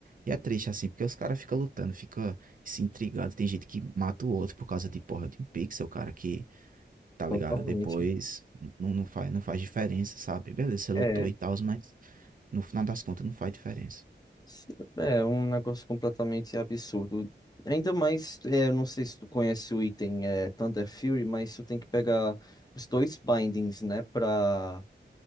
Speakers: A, on the right; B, on the left.
A: E é triste assim, porque os caras ficam lutando, fica se intrigado. Tem gente que mata o outro por causa de porra de um pixel, cara, que, tá ligado?
B: Totalmente.
A: Depois não, não faz, não faz diferença, sabe? Beleza, você lutou
B: É.
A: e tal, mas no final das contas não faz diferença.
B: S- É um negócio completamente absurdo. Ainda mais, é, eu não sei se tu conhece o item é, Thunder Fury, mas tu tem que pegar os dois bindings, né? Pra